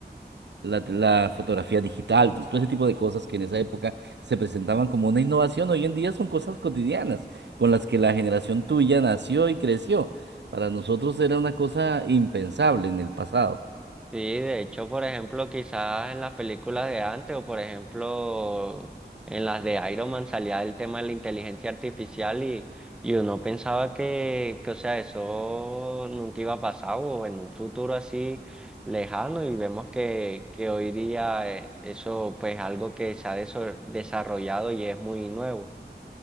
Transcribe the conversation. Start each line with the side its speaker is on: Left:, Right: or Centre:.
Right: la, la fotografía digital, todo ese tipo de cosas que en esa época se presentaban como una innovación, hoy en día son cosas cotidianas con las que la generación tuya nació y creció. Para nosotros era una cosa impensable en el pasado.
Centre: Sí, de hecho, por ejemplo, quizás en las películas de antes o por ejemplo en las de Iron Man salía el tema de la inteligencia artificial y, y uno pensaba que, que, o sea, eso nunca iba a pasar o en un futuro así lejano y vemos que, que hoy día eh, eso pues algo que se ha deso- desarrollado y es muy nuevo.